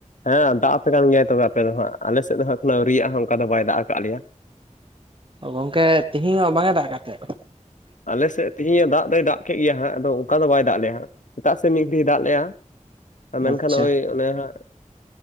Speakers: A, on the left; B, on the right.
A: ᱦᱮᱸ ᱫᱟᱜ ᱟᱯᱮ ᱠᱟᱱ ᱜᱮᱭᱟᱭ ᱛᱚᱵᱮ ᱟᱯᱮ ᱫᱚ ᱦᱟᱸᱜ, ᱟᱞᱮ ᱥᱮᱫ ᱫᱚ ᱮᱠᱷᱚᱱ ᱟᱹᱣᱤᱭᱟᱜ ᱦᱟᱜ ᱚᱱᱠᱟ ᱫᱚ ᱵᱟᱭ ᱫᱟᱜ ᱟᱠᱟᱫ ᱞᱮᱭᱟ᱾
B: ᱜᱚᱝᱠᱮ ᱛᱤᱦᱤᱧ ᱚᱜ ᱵᱟᱝ ᱮ ᱫᱟᱜ ᱠᱟᱜ ᱛᱮ?
A: ᱟᱞᱮ ᱥᱮᱫ ᱛᱤᱦᱤᱧᱮ ᱫᱟᱜ ᱫᱚᱭ ᱫᱟᱜ ᱠᱮᱫ ᱜᱮᱭᱟ ᱦᱟᱸᱜ, ᱟᱫᱚ ᱚᱱᱠᱟ ᱫᱚ ᱵᱟᱭ ᱫᱟᱜ ᱞᱮᱭᱟᱜ ᱥᱮᱛᱟᱜ ᱥᱮ ᱢᱤᱫ ᱜᱷᱟᱹᱲᱤ ᱫᱟᱜ ᱞᱮᱜ-ᱟ᱾ ᱢᱮᱱᱠᱷᱟᱱ
B: ᱟᱪᱪᱷᱟ
A: ᱳᱭ ᱚᱱᱮ ᱦᱟᱜ